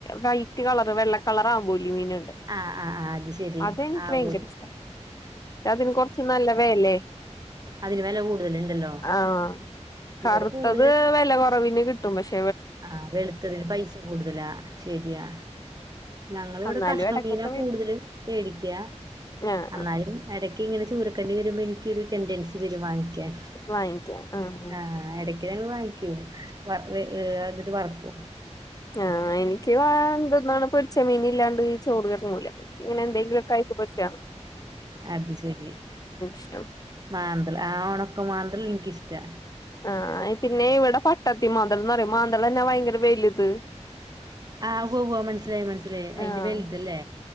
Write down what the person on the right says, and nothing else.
ആഹ് ആഹ് ആ അത് ശെരി
ആവോലി
അതിന് വെല കൂടുതലുണ്ടല്ലോ
ഇവിടെ കൂടുതല്
ആഹ് വെളുത്തതിന് പൈസ കൂടുതലാ ശരിയാ ഞങ്ങളിവിടെ
കഷ്ണമീന
കൂടുതലും മേടിക്കാ
എന്നാലും ഇടക്ക് ഇങ്ങനെ ചൂര- എക്കേണ്ടി വരുമ്പോൾ എനികക്കൊരു ടെൻടെൻസി വരും വാങ്ങിക്കാ
ൻ ഇടക്ക് ഞങ്ങള് വാങ്ങ- ക്കും വ- അതില് വറക്കും
അത് ശരി
മാന്തള് ആ ഉണക്ക മാന്തളു എനിക്കിഷ്ടാ
ആഹ് ഉവ്വ്‌ ഉവ്വ്‌ മനസ്സിലായി മനസ്സിലായി അയിന്റെ
വലുതല്ലേ